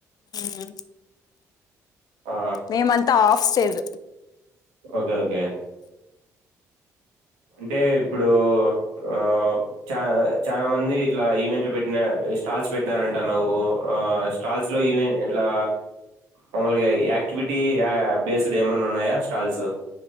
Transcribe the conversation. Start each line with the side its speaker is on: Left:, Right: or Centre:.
Left: హుమ్
Right: ఆ!
Left: మేమంతా ఆఫ్ స్టేజ్
Right: ఓకే ఓకే అంటే ఇప్పుడు ఆ చా చాలా మంది ఇట్లా ఈవెంట్లు పెట్టిన స్టాల్స్ పెట్టినారంటన్నావు ఆ స్టాల్స్ లో ఈవెన్ ఇట్లా మమ్మల్గాయా క్టివిటీ బేస్డ్ ఏమన్నా ఉన్నాయా స్టాల్స్